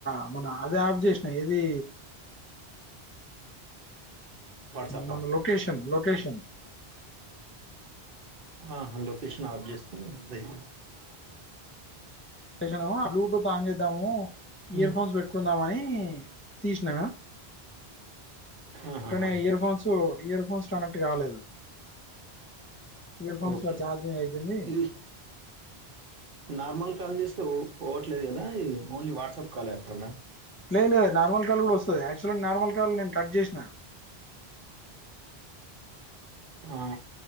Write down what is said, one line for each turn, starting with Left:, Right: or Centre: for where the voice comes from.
Left: అమ్మన అదే ఆబ్జేసిన ఏది
Right: వాట్సాపా
Left: మన లోకేషన్ లోకేషన్ వచ్చం
Right: ఆా లోొకేషన్ ఆఫ్ చేస్తా బయి
Left: చేసనా బ్లూటూత్ ఆన్ చేద్దాము ఇయర్
Right: ఉమ్,
Left: ఫోన్స్ పెట్టుకుందామని తీష్ణ
Right: ఆహాహా.
Left: తనే ఇయర్ఫోన్స్ ఇయర్ ఫోన్స్ అన్నట్టు కాలేదు ఇయర్ఫోన్స్
Right: ఓకే
Left: చార్జింగ్ అయిపోంది
Right: ఇది నార్మల్ కాల్ చేస్తే పోవట్లేదు కదా ఇది ఓన్లీ వాట్సాప్ కాల్ వేస్తందా
Left: లేదు నార్మల్ కాలు కూడా వస్తుంది యాక్చువల్ నార్మల్ కాళ్ నేను కట్ చేసిన
Right: ఆ